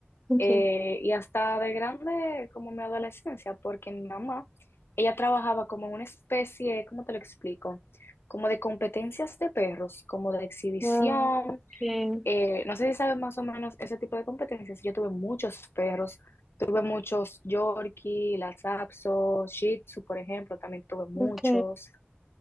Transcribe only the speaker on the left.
Eh, y hasta de grande, como en mi adolescencia, porque mi mamá, ella trabajaba como en una especie, ¿cómo te lo explico? Como de competencias de perros, como de exhibición.
Eh, no sé si sabes más o menos ese tipo de competencias. Yo tuve muchos perros, tuve muchos Yorkie, Lhasa Apso, Shih Tzu, por ejemplo, también tuve muchos.